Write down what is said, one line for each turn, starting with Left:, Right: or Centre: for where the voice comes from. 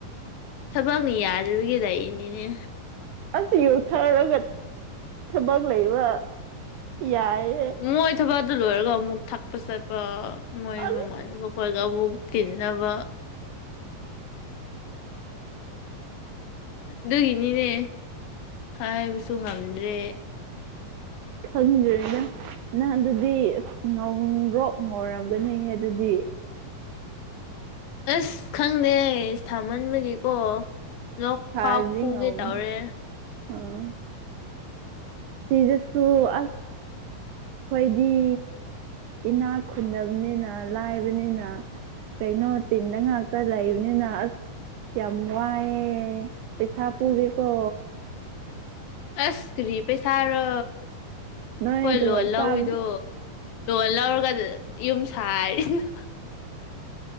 Left: ꯊꯕꯛꯅ ꯌꯥꯗꯕꯒꯤ ꯂꯩꯔꯤꯅꯤꯅꯦ
Right: ꯑꯁ ꯌꯨ ꯊꯛꯔꯒ ꯊꯕꯛ ꯂꯩꯕ ꯌꯥꯏꯌꯦ
Left: ꯃꯣꯏ ꯊꯕꯛ ꯑꯗꯨ ꯂꯣꯏꯔꯒ ꯑꯃꯨꯛ ꯊꯛꯄ ꯆꯠꯄ ꯃꯣꯏ
Right: ꯑꯁ
Left: ꯃꯃꯥꯟꯅꯕ ꯈꯣꯏꯒꯃꯨꯛ ꯇꯤꯟꯅꯕ ꯗꯨꯒꯤꯅꯤꯅꯦ ꯍꯥꯏꯕꯁꯨ ꯉꯝꯗ꯭ꯔꯦ
Right: ꯈꯪꯗ꯭ꯔꯦꯗ ꯅꯪ ꯑꯗꯨꯗꯤ ꯑꯗꯨꯗꯤ ꯉꯧꯔꯣꯛ ꯉꯧꯔꯝꯒꯅꯤ ꯍꯦ ꯑꯗꯨꯗꯤ
Left: ꯑꯁ ꯈꯪꯗꯦ ꯁꯥꯃꯟꯕꯒꯤꯀꯣ ꯂꯣꯛ
Right: ꯁꯥꯔꯗꯤ
Left: ꯐꯥꯎ ꯈꯨꯒꯦ
Right: ꯉꯧꯅꯤ
Left: ꯇꯧꯔꯦ
Right: ꯑꯥ ꯁꯤꯗꯁꯨ ꯑꯁ ꯑꯈꯣꯏꯗꯤ ꯏꯅꯥꯛ ꯈꯨꯟꯗꯕꯅꯤꯅ ꯂꯥꯏꯕꯅꯤꯅ ꯀꯩꯅꯣ ꯇꯤꯟꯗ ꯉꯥꯛꯇ ꯂꯩꯕꯅꯤꯅ ꯑꯁ ꯌꯥꯝꯋꯥꯏꯌꯦ ꯄꯦꯁꯥ ꯄꯨꯒꯦꯀꯣ
Left: ꯑꯁ ꯀꯔꯤ ꯄꯩꯁꯥꯔꯣ
Right: ꯅꯣꯏ
Left: ꯍꯣꯏ
Right: ꯇꯣꯂꯣꯞ
Left: ꯂꯣꯟ ꯂꯧꯏꯗꯣ
Right: ꯆꯥꯕ
Left: ꯂꯧꯔꯒ ꯑꯗꯨ ꯌꯨꯝ ꯁꯥꯔꯤꯅ